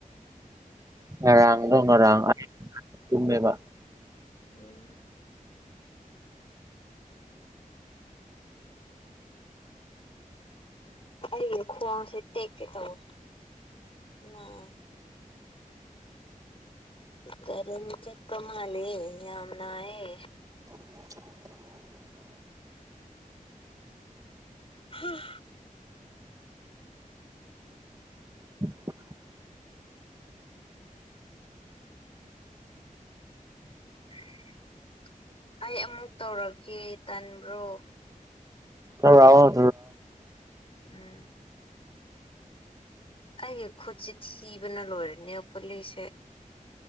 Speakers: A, on the right; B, on the left.
A: ꯉꯔꯥꯡꯗꯣ ꯉꯔꯥꯡ ꯑꯩ ꯇꯨꯝꯃꯦꯕ
B: ꯎꯝ ꯑꯩ ꯈꯋꯥꯡꯁꯦ ꯇꯦꯛꯀꯦ ꯇꯧꯋꯦ ꯅꯥꯏ ꯀꯔꯟ ꯆꯠꯄ ꯃꯥꯥꯂꯦ ꯌꯥꯝꯅꯥꯌꯦ
A: <inaudible>
B: ꯍ
A: <inaudible>
B: <inaudible> <inaudible> ꯑꯩ ꯑꯃꯨꯛ ꯇꯧꯔꯛꯀꯦ ꯇꯟꯕ꯭ꯔꯣ
A: ꯍꯥꯎ
B: ꯎꯝ ꯑꯩꯒꯤ ꯈꯨꯠꯁꯦ ꯊꯤꯕꯅ ꯂꯣꯏꯔꯅꯦ ꯄꯣꯠꯂꯤꯁꯦ